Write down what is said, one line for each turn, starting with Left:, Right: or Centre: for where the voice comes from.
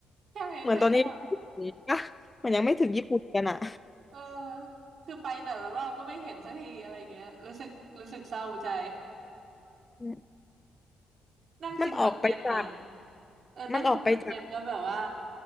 Right: ใช่ใช่ไหมล่ะ
Left: เหมือนตอนนี้อ่ะมันยังไม่ถึงญี่ปุ่นกันอ่ะ
Right: เออคือไปแต่ละรอบก็ไม่เห็นสักทีอะไรเงี้ยรู้สึกรู้สึกเศร้าใจ
Left: อืม
Right: <laughs> นั่งชินคอนเทนต์น่ะ
Left: มันออกไปจาก
Right: เออนั่งคิดเหมือนกันก็แบบว่า
Left: มันออกไปจาก